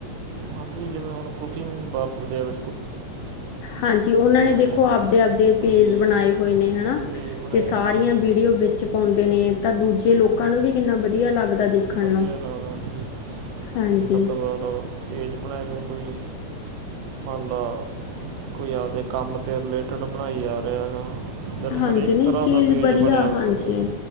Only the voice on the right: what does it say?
ਹਾਂਜੀ, ਜਿਵੇਂ ਹੁਣ ਕੁਕਿੰਗ ਵਰਤਦੇ ਵੇ।
ਹਜੇ
ਕੋਈ
ਪੇਜ ਬਣਾਏ
ਆ ਜੀ
ਵਧੀਆ,
ਲਾਦ ਹਾਂਜੀ
ਤੁ ਮਤਲਬ। ਪੇਜ ਬਣਾਏ ਹੋਏ ਆ ਕੋਈ ਮੰਨ ਲੋ ਕੋਈ ਆਪਦੇ ਕੰਮ ਤੇ ਰਿਲੇਟਡ ਬਣਾਈ ਜਾ ਰਿਹਾ ਗਾ। ਯਾਨੀ
ਹਰੇਕ
ਤਰਾਂ
ਦਾ ਪੇਜ
ਬਣਿਆ ਹੋਇਆ
ਵਾ।